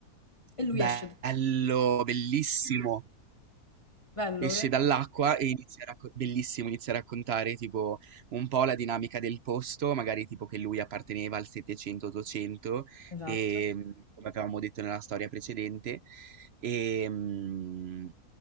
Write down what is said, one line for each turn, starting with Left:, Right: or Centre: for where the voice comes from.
Left: E lui
Right: Bello,
Left: esce,
Right: bellissimo.
Left: bello,
Right: Esce
Left: eh?
Right: dall'acqua e inizia a racco- bellissimo, inizia a raccontare tipo un po' la dinamica del posto, magari tipo che lui apparteneva al 700-800
Left: Esatto.
Right: e mm, come avevamo detto nella storia precedente e, mm,